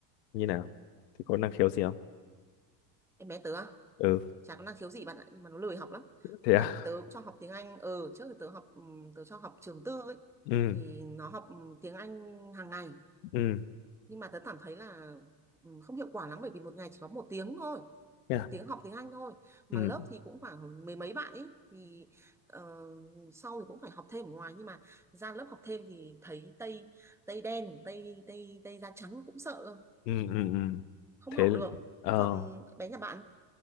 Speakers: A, on the left; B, in the centre.
A: như nào thì có năng khiếu gì không
B: em bé tớ à,
A: ừ
B: chả có năng khiếu gì bạn ạ nhưng mà nó lười học lắm
A: thế
B: tức là
A: à
B: tớ cũng cho học tiếng Anh ờ trước thì tớ học ừm, tớ cho học trường tư ấy
A: ừ
B: thì nó học ừm, tiếng Anh hàng ngày
A: ừ
B: nhưng mà tớ cảm thấy là ừ, không hiệu quả lắm bởi vì một ngày chỉ có một tiếng thôi
A: thế à
B: một tiếng học tiếng Anh thôi mà
A: ừ
B: lớp thì cũng khoảng mười mấy bạn ấy thì ờ, sau thì cũng phải học thêm ở ngoài nhưng mà ra lớp học thêm thì thấy tây tây đen tây tây tây da trắng cũng sợ cơ
A: ừ ừ ừ
B: không
A: thế
B: học được
A: ờ
B: thế còn bé nhà bạn